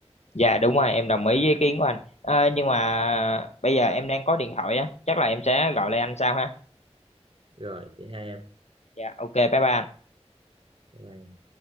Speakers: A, on the left (about 75°); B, on the right (about 50°).
A: Dạ đúng rồi, em đồng ý với ý kiến của anh. Ờ, nhưng mà bây giờ em đang có điện thoại á, chắc là em sẽ gọi lại anh sau ha.
B: rồi vậy hai em
A: Dạ ok, bye bye. anh.
B: Bye bye.